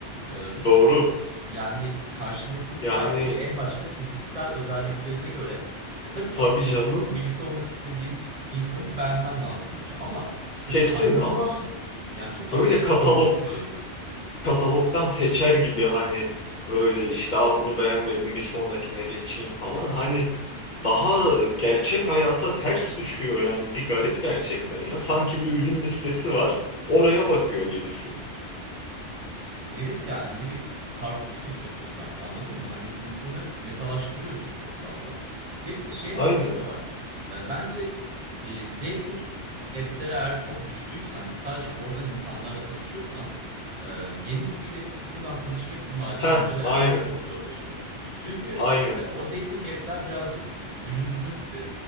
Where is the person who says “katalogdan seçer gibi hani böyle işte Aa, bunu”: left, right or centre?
Left